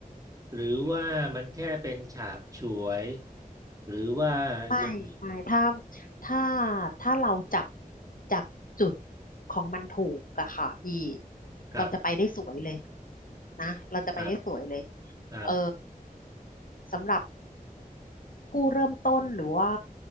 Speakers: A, on the right; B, on the left.
A: หรือว่ามันแค่เป็นฉาบฉวยหรือว่าอย่าง
B: ไม่ไม่ ถ้าถ้าถ้าเราจับจับจุดของมันถูกอะค่ะพี่
A: กับ
B: เราจะไปได้สวยเลยนะเราจะไปได้สวยเลย
A: กับกับ
B: เออสำหรับผู้เริ่มต้นหรือว่า